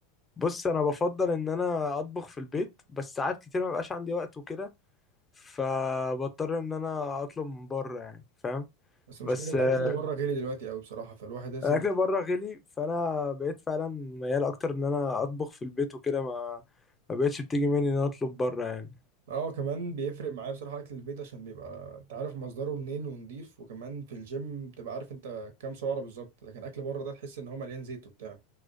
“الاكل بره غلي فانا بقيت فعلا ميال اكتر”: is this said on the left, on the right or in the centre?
Left